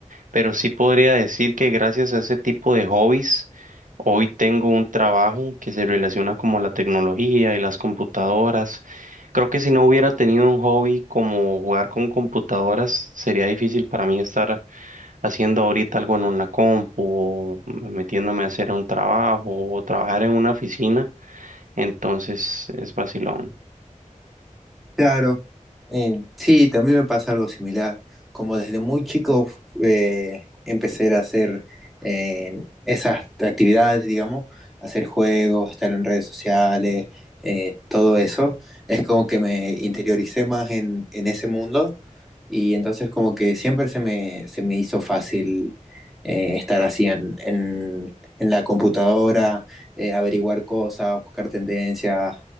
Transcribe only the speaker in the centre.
Claro, eh, sí, también me pasa algo similar. Como desde muy chico eh, empecé a hacer eh, esas actividades, digamos, hacer juegos, estar en redes sociales, eh, todo eso, es como que me interioricé más en, en ese mundo Y entonces como que siempre se me, se me hizo fácil eh, estar así en, en- en la computadora, eh, averiguar cosas, buscar tendencias,